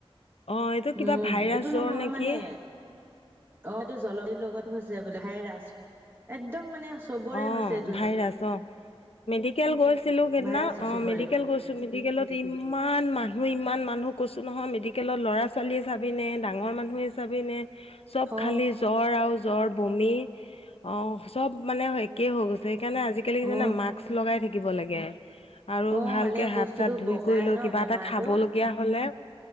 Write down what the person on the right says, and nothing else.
উম
এইটো
নহয়
মানে
অ' এইটো <unintelligible> লগত হৈছে বোলে ভাইৰাছ একদম মানে চবৰে
হৈছে এইটো
ভাইৰাছ
চবৰে
অ
অ
অ
মানে
বস্তুটো
বগাই
ন
বেমাৰটো